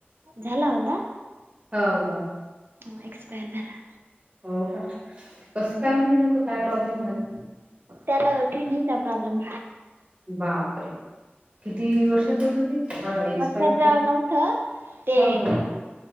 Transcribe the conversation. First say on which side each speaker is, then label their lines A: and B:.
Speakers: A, on the right (about 65°); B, on the right (about 35°).
A: झाला होता.
B: हो का?
A: मग एक्सपायर झाला.
B: हो का? कसं काय म्हणजे नेमकं काय प्रॉब्लेम झाला?
A: त्याला किडनीचा प्रॉब्लेम
B: बापरे! किती वर्षाच होतं ते? एक्सपायर
A: वर्षाच
B: झाले ते
A: नव्हतं, ते
B: हो हो